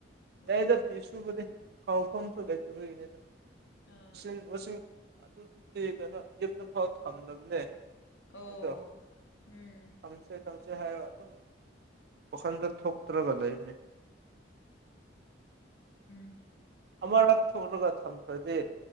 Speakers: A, on the left; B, on the right.
A: ꯎꯝ
B: ꯌꯥꯗ <unintelligible> ꯁꯨꯕꯗꯤ ꯈꯥꯎꯐꯝꯁꯨ ꯂꯩꯇꯗꯔꯤꯅꯤ ꯑꯗ
A: ꯑꯥ
B: ꯏꯁꯤꯡꯁꯤꯡ <unintelligible> ꯑꯗꯨꯗꯤ ꯀꯩꯅꯣ ꯌꯨꯝꯅ ꯐꯥꯎ ꯊꯝꯗꯕꯅꯦ
A: ꯑꯣ
B: ꯑꯩꯗꯣ
A: ꯎꯝ
B: ꯊꯝꯁꯦ ꯊꯝꯁꯦ ꯍꯥꯏꯔꯒ ꯑꯗꯨꯝ ꯋꯥꯈꯟꯗ ꯊꯣꯛꯇ꯭ꯔꯒ ꯂꯩꯕꯅꯦ
A: ꯎꯝ
B: ꯑꯃꯔꯛ ꯊꯣꯛꯂꯒ ꯊꯝꯈ꯭ꯔꯗꯤ